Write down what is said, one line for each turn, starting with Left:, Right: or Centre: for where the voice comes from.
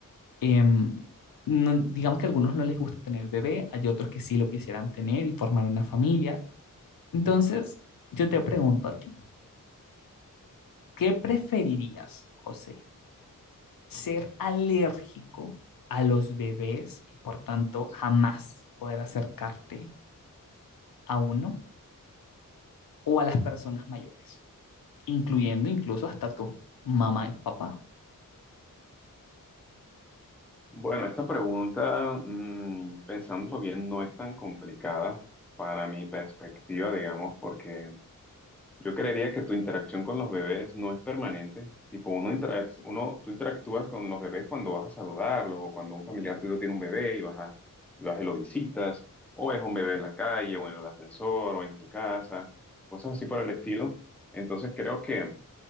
Left: em, no- digamos que a algunos no les gusta tener bebé, hay otros que sí lo quisieran tener y formar una familia. Entonces, yo te pregunto a ti, ¿qué preferirías, José? ¿Ser alérgico a los bebés y por tanto jamás poder acercarte a uno o a las personas mayores? incluyendo incluso hasta tu mamá y papá.
Centre: Bueno, esta pregunta, mm, pensándolo bien, no es tan complicada para mi perspectiva, digamos, porque yo creería que tu interacción con los bebés no es permanente. Tipo, uno, interac- uno, tú interactúas con los bebés cuando vas a saludarlos o cuando un familiar tuyo tiene un bebé y vas a, y vas y lo visitas, o es un bebé en la calle o en el ascensor o en tu casa, cosas así por el estilo. Entonces creo que